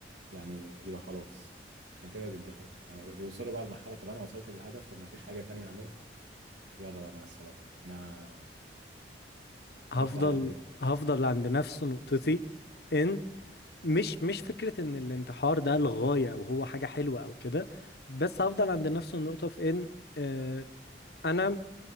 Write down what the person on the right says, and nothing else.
يعني يبقى خلاص عشان كده بينتحروا يعني بي- بيوصلوا بقى لمرحلة طب أنا وصلت للهدف طب ما فيش حاجة تانية أعملها طب يلا بقى مع السلامة أنا
هروح لعالم تاني